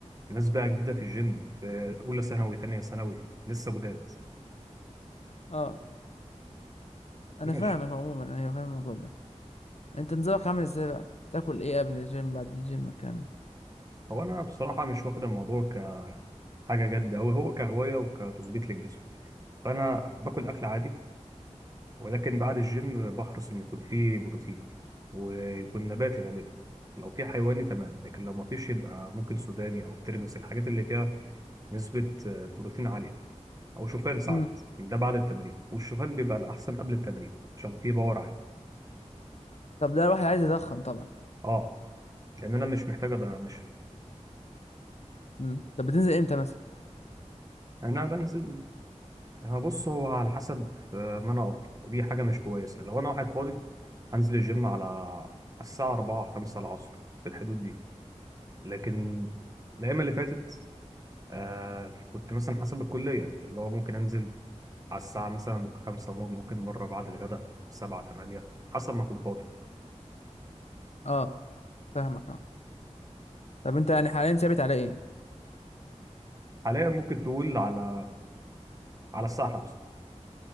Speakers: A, on the right (about 30°); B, on the left (about 60°).
A: ناس بقى جديده في الجيم في اولى ثانوي تانية ثانوي لسه جداد
B: اه انا
A: ماشي
B: فاهمك عموما ايوه فاهم الموضوع ده انت نظامك عامل ازاي بقى بتاكل ايه قبل الجيم بعد الجيم الكلام ده
A: هو انا بصراحه مش واخد الموضوع كحاجه جد أوي هو كهوايه وكتظبيط للجسم فانا باكل اكل عادي ولكن بعد الجيم بحرص ان يكون فيه بروتين ويكون نباتي غالبا لو في حيواني تمام لكن لو ما فيش يبقى ممكن سوداني او ترمس الحاجات اللي فيها نسبه بروتين عاليه او شوفان ساعات
B: امم
A: ده بعد التمرين والشوفان بيبقى الاحسن قبل التمرين عشان فيه باور عالي
B: طب ده الواحد عايز يضخم طبعا
A: اه لان انا مش محتاج أضيع- مش
B: امم طب بتنزل امتى مثلا
A: انا بنزل هو بص هو على حسب آه، ما انا افضل ودي حاجه مش كويسه لو انا واحد فاضي هنزل الجيم على على الساعه 4 5 العصر في الحدود دي لكن الايام اللي فاتت آه كنت مثلا حسب الكليه اللي هو ممكن انزل على الساعه مثلا 5 ممكن مره بعد الغداء 7 8 حسب ما اكون فاضي
B: اه فاهمك اه طب انت يعني حاليا ثابت على ايه
A: حاليا ممكن تقول على على الساعه 5